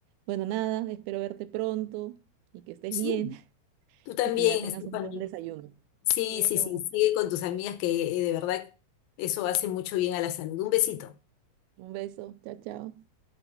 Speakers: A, on the right (about 85°); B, on the left (about 75°).
A: bueno, nada, espero verte pronto y que estés
B: Sí,
A: bien <laughs>
B: tú también,
A: y que ya tengas
B: Estefan.
A: un buen desayuno.
B: Sí,
A: Cuídate
B: sí, sí,
A: mucho.
B: sigue con tus amigas que eh, de verdad eso hace mucho bien a la salud. Un besito.
A: Un beso. Chao, chao.